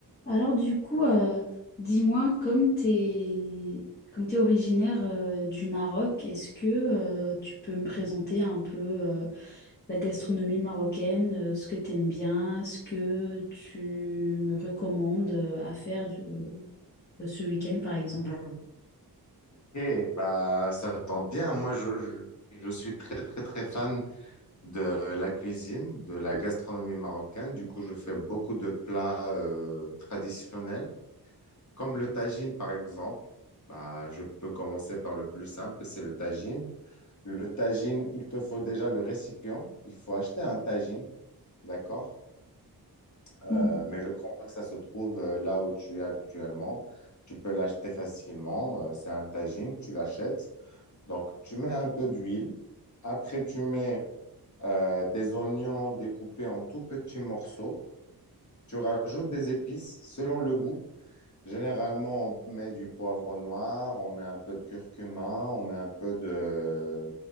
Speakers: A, on the left; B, on the left.
A: Alors du coup, euh, dis-moi, comme t'es comme t'es originaire euh, du Maroc, est-ce que euh, tu peux me présenter un peu euh, la gastronomie marocaine, euh, ce que t'aimes bien, ce que tu me recommandes euh, à faire euh, ce week-end par exemple?
B: Mhm. Ok, bah, ça tombe bien. Moi, je, je, je suis très, très, très fan de la cuisine, de la gastronomie marocaine. Du coup, je fais beaucoup de plats euh, traditionnels, comme le tagine, par exemple. Bah, je peux commencer par le plus simple, c'est le tagine. Le tagine, il te faut déjà le récipient. Il faut acheter un tagine, d'accord? Euh,
A: Bon,
B: mais je crois que ça se trouve euh, là où tu es actuellement. Tu peux l'acheter facilement. Euh, c'est un tagine, tu l'achètes. Donc, tu mets un peu d'huile. Après, tu mets euh, des oignons découpés en tout petits morceaux. Tu rajoutes des épices selon le goût. Généralement, on met du poivre noir, on met un peu de curcuma, on met un peu de,